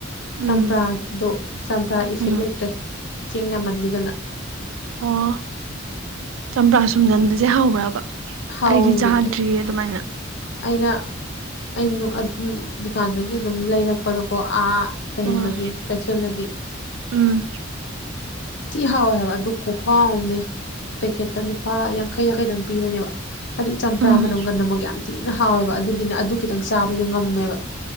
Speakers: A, on the right (about 75°); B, on the left (about 60°).
A: ꯎꯝ
B: ꯆꯝꯄ꯭ꯔꯥꯗꯣ ꯆꯝꯄ꯭ꯔꯥ ꯏꯐꯦꯛ
A: ꯎꯝ
B: ꯂꯩꯇ꯭ꯔꯦ ꯆꯦꯡ ꯌꯥꯝꯃꯟꯈꯤꯗꯅ
A: ꯑꯣ ꯆꯝꯄ꯭ꯔꯥ ꯁꯨꯝꯖꯟꯕꯁꯦ ꯍꯥꯎꯕ꯭ꯔꯕ
B: ꯍꯥꯎꯋꯦ
A: ꯑꯩꯗꯤ ꯆꯥꯗ꯭ꯔꯤꯌꯦ
B: ꯃꯤ
A: ꯑꯗꯨꯃꯥꯏꯅ
B: ꯑꯩꯅ ꯑ ꯑꯗꯨꯝ ꯗꯨꯀꯥꯟꯗꯒꯤ ꯑꯗꯨꯝ ꯂꯩꯔꯛꯄꯗꯀꯣ ꯑꯥ ꯀꯩꯅꯣꯗꯒꯤ
A: ꯑꯣ
B: ꯀꯩꯊꯦꯜꯗꯒꯤ
A: ꯎꯝ
B: ꯊꯤ ꯍꯥꯎꯋꯦ ꯍꯥꯏꯕ ꯑꯗꯨ ꯈꯍꯥꯎ ꯑꯃꯅꯦ ꯄꯦꯛꯀꯦꯠꯇ ꯂꯨꯄꯥ ꯌꯥꯡꯈꯩ ꯌꯥꯡꯈꯩꯗꯪ ꯄꯤꯕꯅꯦꯕ ꯍꯥꯏꯗꯤ ꯆꯝꯄ꯭ꯔꯥ
A: ꯎꯝ
B: ꯃꯅꯨꯡꯒꯟ ꯑꯃꯨꯛ ꯌꯥꯝ ꯊꯤꯅ ꯍꯥꯎꯋꯦꯕ ꯑꯗꯨꯗꯤꯅ ꯑꯗꯨ ꯈꯤꯇꯪ ꯆꯥꯕꯁꯨ ꯉꯝꯃꯦꯕ